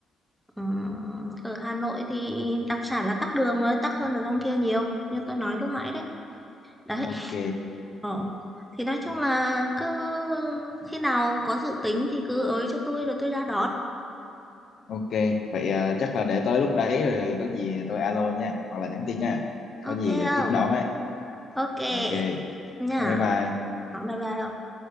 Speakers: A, in the centre; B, on the left (about 50°).
A: ừm, ở Hà Nội thì đặc sản là tắc đường rồi, tắc hơn ở trong kia nhiều, như tôi nói lúc nãy đấy. Đấy,
B: ok
A: Ờ. Thì nói chung là cứ khi nào có dự tính thì cứ ới cho tôi rồi tôi ra đón.
B: ok vậy ờ, chắc là để tới lúc đấy rồi có gì tôi alo nha hoặc là nhắn tin nha
A: Ok
B: có gì
A: không?
B: tiếp đón ấy
A: Ok
B: ok
A: nha.
B: bye bye
A: Bye bye.